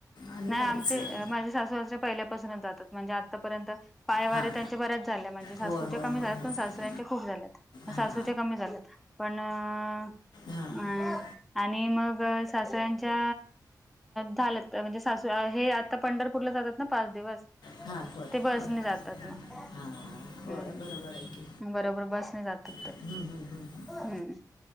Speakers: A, on the left (about 80°); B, in the centre.
A: आणि
B: नाही
A: यायचं
B: आमचे माझे सासू सासरे पहिल्या पसूनच जातात, म्हणजे आता पर्यंत पाय वारे
A: हां
B: त्यांच्या बऱ्याच झाल्या, म्हणजे सासू
A: होय होय
B: चे कमी
A: होय
B: झाल्या,
A: होय
B: पण सासऱ्यांच्या खूप झाल्यात, म
A: हां
B: सासुच्या कमी झाल्यात, पण अ
A: हां
B: आणि मग सासऱ्यांच्या झालंत, म्हणजे सासू हे आता पंढरपूरला जातात ना पाच दिवस
A: हां होय
B: ते बसने
A: होय
B: जातात मग.
A: हां होय
B: हम्
A: बरोबर आहे की
B: ह बरोबर बसणी जातात
A: हं,
B: ते.
A: हं, हं, हं.
B: ह्